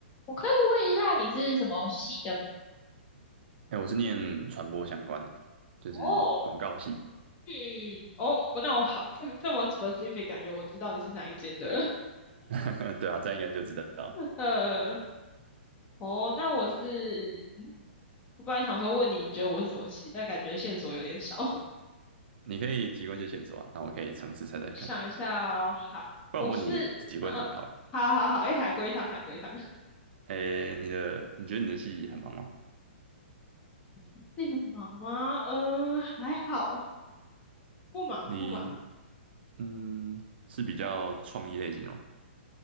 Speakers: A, on the left; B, on the right.
A: 我可以问一下你是什么系的吗？
B: 哎、我是念传播相关的，就是广告系。
A: 哦，嗯，哦，那我好，这这么 specific，感觉我知道你是哪一间的。
B: <laughs> 对啊，这样应该就知道。
A: <laughs> 呃，哦，那我是，嗯，我本来想说问你，你觉得我是什么系，但感觉线索有点少。<laughs> 我
B: 你可以提供一些线索啊，那我可以尝试猜猜看。
A: 想一下哦，好，
B: 不然我问你几个问题好了。
A: 我是，啊，呃好好好，哎，海龟汤，海龟汤，
B: 哎、你的你觉得你的系很忙吗？
A: <laughs> 那个忙吗？呃，还好，不忙不忙。
B: 你嗯是比较创意类型的吗？